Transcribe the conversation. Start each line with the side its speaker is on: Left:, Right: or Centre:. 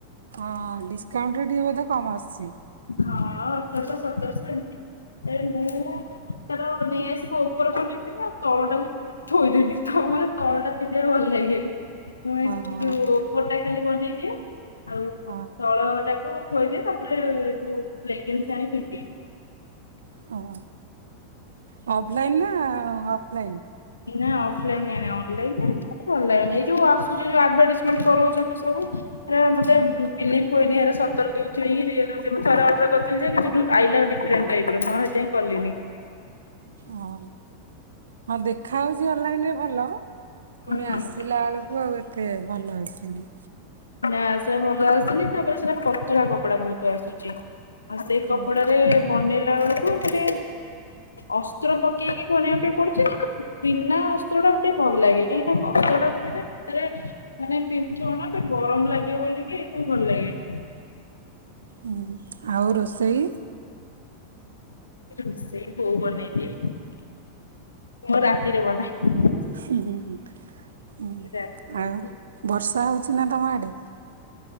Right: ହଁ ଡିଶ୍କାଉଣ୍ଟରେ ଟିକଏ ବୋଧେ କମ୍ ଆସୁଛି?
Left: ହଁ ଅଠରଶ ସତରଶ ଏମତି ଏ ମୁଁ ମୋର ନେଇ ଆସିବ ଉପର କନା ଥିଲା ଆଉ ତଳୁ ତଳ ଟାକୁ ଥୋଇଦେଲି ତ ମତେ ତଳ ଟା ପିନ୍ଧିବାକୁ ଭଲ ଲାଗେନି। ମୁଁ ଏ
Right: ହଁ
Left: ସେଠି
Right: ହଁ
Left: ଯୋଉ ଉପରଟା ଖାଲି ବନେଇଦିଏ ଆଉ
Right: ହଁ
Left: ତଳ ଟାକୁ <unintelligible>
Right: ହଁ ହଁ ଅଫଲାଇନ୍ ନା ଅଫ୍ଲାଇନ୍?
Left: ନାଇଁ ଅଫ୍ଲାଇନ୍ ଆଣେ ଅନ୍ଲାଇନ୍ ରେ ମତେ ଭଲ ଲାଗେନା ଏ ଯଉ ଆସ୍ ଆସୁଛି ଯୋଉ ଆଡଭାଟାଇଜ୍ମେଣ୍ଟ କରଉଛନ୍ତି ସବୁ ସେଉରା ମତେ
Right: ହଁ
Left: ବିଲିଭ୍ ହୁଏନି ଏ ସତର ଦଉଥିବେ କି <unintelligible> ଥରେ ଅର୍ଡର କରିଥିଲି ଯେ କିଛି ଆଇଲା ଡିଫରେଣ୍ଟ ଟାଇପ ର ଆଉ ସେ ପାଇଁ କଲିନି।
Right: ଓ ହଁ ଦେଖାହଉଛି ଅନ୍ଲାଇନ୍ ରେ ଭଲ ପୁଣି
Left: ହୁଁ।
Right: ଆସିଲା ବେଳକୁ ଆଉ ଏତେ ଭଲ ଆସେନି।
Left: ନା ସେ ଭଲ ଆସେନି ତାପରେ ସେଟା ପତଳା କପଡା ବହୁତ ଆସୁଛି। ଆଉ ସେଇ କପଡ଼ାରେ
Right: ହଁ
Left: ବନେଇଲା ବେଳକୁ ତାପରେ ଅସ୍ତ୍ର ପକେଇକି ବନେଇବା ପାଇଁ ପଡୁଛି କିନ୍ତୁ ବିନା ଅସ୍ତ୍ର ଟା ଟିକେ ଭଲ ଲାଗେ କାହିଁକି ନା ଅସ୍ତ୍ରଟା ପକେଇଲେ ଏପଟେ ଭିତରେ ମାନେ ପିନ୍ଧିଥିବ ନା ଗରମ ଲାଗିବ ବୋଲିକି ସେଥିପାଇଁ ଭଲ ଲାଗେନି।
Right: ହୁଁ ଆଉ ରୋଷେଇ?
Left: ରୋଷେଇ ବୋଉ ବନେଇଦିଏ ମୁଁ ରାତିରେ ବନାଏ।
Right: ହୁଁ ହୁଁ
Left: ରାତି
Right: ଆଉ ବର୍ଷା ହଉଛି ନା ତମ ଆଡ଼େ?